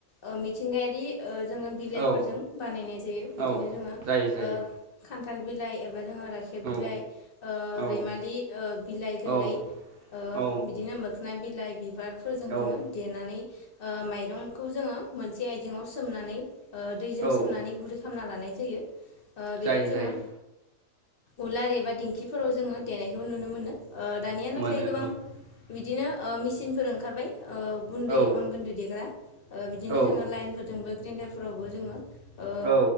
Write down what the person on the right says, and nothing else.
औ
औ
जायो जायो
औ
औ
औ
औ
औ
औ
जायो
जायो
मोनो
औ
औ
औ।